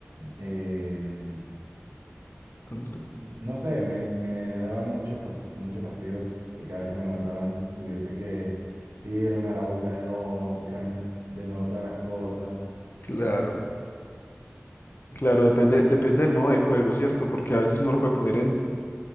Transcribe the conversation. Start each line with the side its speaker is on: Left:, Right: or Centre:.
Right: em,
Left: contame.
Right: n- no sé, me, me daba mucho, fas- mucho fastidio que cada vez que me mataban tuviese que irme a la boca del lobo a buscar m- de nuevo todas las cosas.
Left: Claro, claro, depende, depende del modo de juego, ¿cierto? Porque a veces uno lo puede poner en